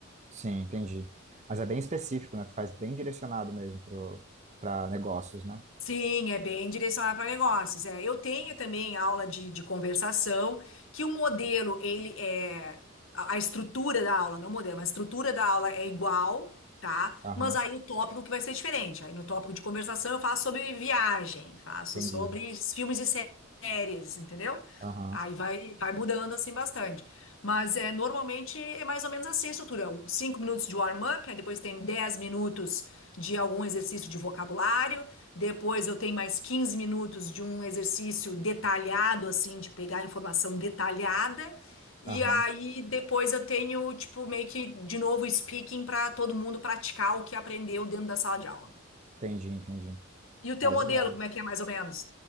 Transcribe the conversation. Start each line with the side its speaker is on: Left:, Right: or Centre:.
Right: Sim, entendi. Mas é bem específico, né? Tu faz bem direcionado mesmo pro, pra negócios, né?
Left: Sim, é bem direcionado para negócios. É. Eu tenho também aula de, de conversação, que o modelo, ele é. A, a estrutura da aula, não o modelo, mas a estrutura da aula é igual, tá?
Right: Aham,
Left: Mas aí o tópico que vai ser diferente. Aí no tópico de conversação eu faço sobre viagem, faço
Right: entendi.
Left: sobre filmes e séries, entendeu?
Right: Aham,
Left: Aí vai, vai mudando assim bastante. Mas é, normalmente é mais ou menos assim a estrutura. Um- Cinco minutos de warm-up, aí depois tem 10 minutos de algum exercício de vocabulário, depois eu tenho mais 15 minutos de um exercício detalhado, assim, de pegar informação detalhada, e
Right: aham,
Left: aí depois eu tenho, tipo, meio que de novo speaking para todo mundo praticar o que aprendeu dentro da sala de aula.
Right: entendi, entendi.
Left: E o teu
Right: Ah, legal.
Left: modelo, como é que é mais ou menos?